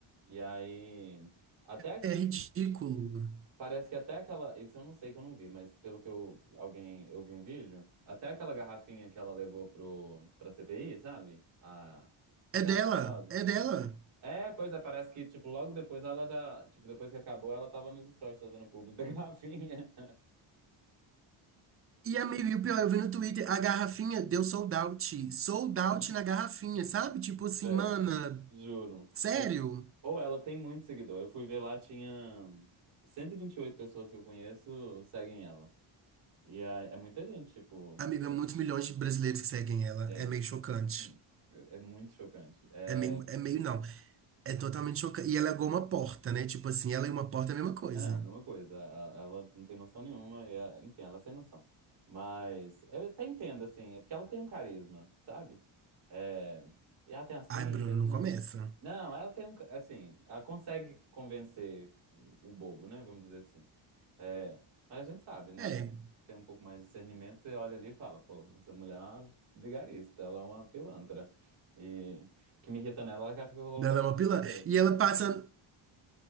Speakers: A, on the right; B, on the right.
A: E aí, até
B: É ridículo.
A: Parece que até aquela. Isso eu não sei que eu não vi, mas pelo que eu. Alguém. Eu vi um vídeo. Até aquela garrafinha que ela levou pro, pra CPI, sabe? A, uma
B: É
A: garrafinha
B: dela,
A: rosa.
B: é dela.
A: É, pois é, parece que, tipo, logo depois ela já. Tipo, depois que acabou, ela tava nos stories fazendo público da garrafinha.
B: E, amigo, e o pior, eu vi no Twitter, a garrafinha deu sold out. Sold out
A: <laughs>
B: na garrafinha, sabe? Tipo assim,
A: Véi,
B: mana,
A: juro.
B: sério?
A: Mas, ou ela tem muito seguidor. Eu fui ver lá, tinha cento e e vinte e oito pessoas que eu conheço seguem ela. E é, é muita gente, tipo.
B: Amiga,
A: que-
B: muitos milhões de brasileiros que seguem ela.
A: é,
B: É meio chocante.
A: hum, é é muito chocante. é
B: É meio, é meio não. É totalmente chocante. E ela é igual uma porta, né? Tipo assim, ela e uma porta é a mesma coisa.
A: Ah, não, mesma coisa. A- a- Ela não tem noção nenhuma. e a- enfim, ela é sem noção. Mas eu até entendo, assim. É porque ela tem um carisma, sabe? É, e ela tem as filhas,
B: Ai, Bruno, não
A: né?
B: começa.
A: Não, ela tem um. ca- Assim, ela consegue convencer o bobo, né? Vamos dizer assim. É, mas a gente sabe, né?
B: É.
A: Tem um pouco mais de discernimento, você olha ali e fala, pô, essa mulher é uma vigarista, ela é uma pilantra. E o que me irrita nela é que ela fica colocando
B: Ela é
A: o
B: uma
A: nome
B: pilantra.
A: de Deus.
B: E ela passa.